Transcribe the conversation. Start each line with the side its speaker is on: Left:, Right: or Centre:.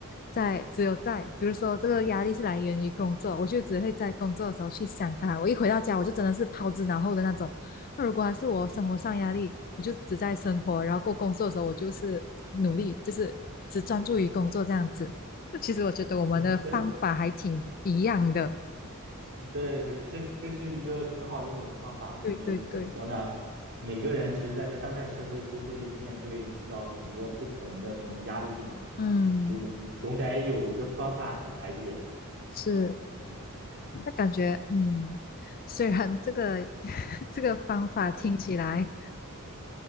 Left: 在只有在，比如说这个压力是来源于工作，我就只会在工作的时候去想它。我一回到家，我就真的是抛之脑后的那种。那如果还是我生活上压力，我就只在生活，然后过工作的时候，我就是努力，就是只专注于工作这样子。那其实我觉得我们的方法还挺一样的。
Right: <laughs> 嗯，对。对对，这这是一个很好用的方法，因为怎么说呢，
Left: 对对对，
Right: 每个人其实，在当代社会都会面对到很多不同的什么压力嘛，
Left: 嗯，
Right: 就总得有一个方法去排解。
Left: 是，
Right: 嗯，
Left: 那感觉，嗯，虽然这个 <laughs> 这个方法听起来